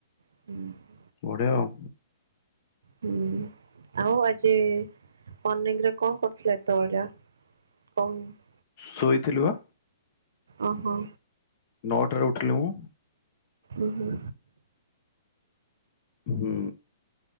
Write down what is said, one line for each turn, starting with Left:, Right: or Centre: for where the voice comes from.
Right: <unintelligible>
Left: ବଢିଆ ଆଉ।
Right: ହୁଁ, ଆଉ ଆଜି ମନିଙ୍ଗ ରେ କଣ କରୁଥିଲେ ଏତେବେଳ ଯା? <unintelligible>
Left: ଶୋଇଥିଲି ବା
Right: ଓ ହଁ।
Left: ନଅଟାରେ ଉଠିଲି ମୁଁ।
Right: ଓ ହଁ।
Left: ହୁଁ।
Right: ହ